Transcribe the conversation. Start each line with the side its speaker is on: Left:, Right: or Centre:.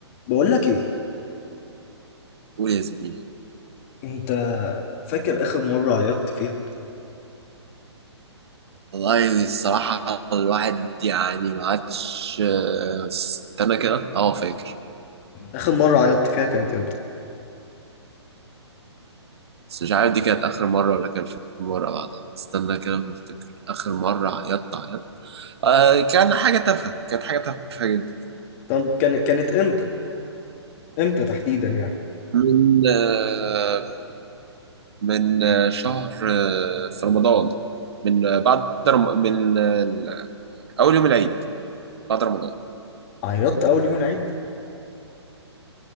Left: بقول لك ايه
Right: قول يا زميلي
Left: انت فاكر اخر مره عيطت فيها
Right: والله الصراحة الواحد يعني ما عادش آه، استنى كده اه فاكر
Left: اخر مره عيطت فيها كانت امتى
Right: بس مش عارف دي كانت آخر مرة ولا كان في مرة بعدها استنى كده بفتكر آخر مرة عيطت عيطت آه كان حاجة تافهة كانت حاجة تافهة جدا
Left: طب كانت كانت امتى امتى تحديدا يعني
Right: من آه من آه، شهر آه في رمضان من آه، بعد رم... من آه، أول يوم العيد بعد رمضان
Left: عيطت اول يوم العيد